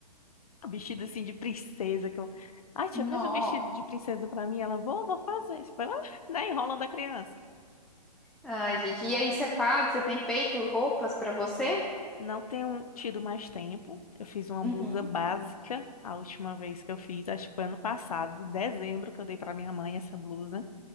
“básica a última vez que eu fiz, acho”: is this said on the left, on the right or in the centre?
Left